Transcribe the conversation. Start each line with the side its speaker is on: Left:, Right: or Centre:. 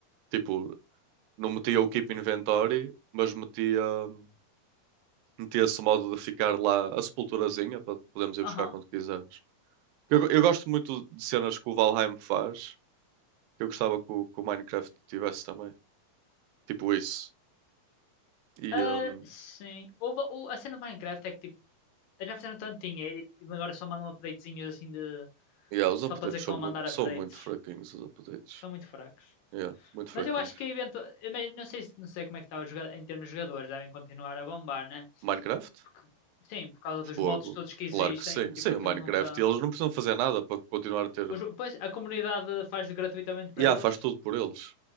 Right: Tipo, não metia o Keep Inventory, mas metia. hum, metia-se o modo de ficar lá a sepulturazinha para podermos ir
Left: Aham.
Right: buscar quando quisermos. Porque Eu, eu gosto muito de cenas que o Valheim faz, que eu gostava que o, que o Minecraft tivesse também. Tipo isso. E,
Left: Ah,
Right: um,
Left: sim. Houve- o- a cena do Minecraft é que tipo, eles já fizeram tanto dinheiro e, e agora só mandam updatezinhos assim de.
Right: yeah, os updates
Left: Só para dizer que
Right: são
Left: estão
Right: muito,
Left: a mandar
Right: são
Left: updates.
Right: muito fraquinhos, os updates.
Left: São muito fracos.
Right: Yeah, muito fraquinhos.
Left: Mas eu acho que eventu... mas não sei, se- não sei como é que está o joga- em termos de jogadores, devem continuar a bombar, né?
Right: Minecraft?
Left: Porque, sim, por causa
Right: Fogo.
Left: dos modos todos que existem,
Right: Claro que sim.
Left: tipo,
Right: Sim,
Left: aquilo
Right: o Minecraft.
Left: nunca.
Right: E eles não precisam fazer nada para continuar a ter
Left: Os- Pois a comunidade faz gratuitamente para
Right: e Yeah,
Left: eles?
Right: faz tudo por eles.